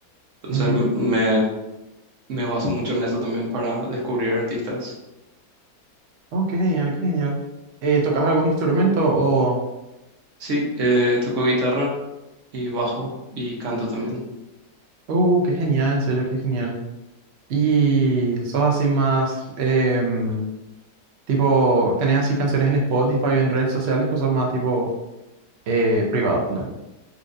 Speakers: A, on the right; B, on the right.
A: Entonces
B: Ujú.
A: m- me, me baso mucho en eso también para descubrir artistas.
B: Oh, qué genial, qué genial. Eh, ¿tocas algún instrumento o...?
A: Sí, eh, toco guitarra y bajo y canto también.
B: Uh, qué genial, en serio, qué genial. Y sos así más, em, tipo, ¿tenés así canciones en Spotify o en redes sociales o sos más tipo eh, privado, poner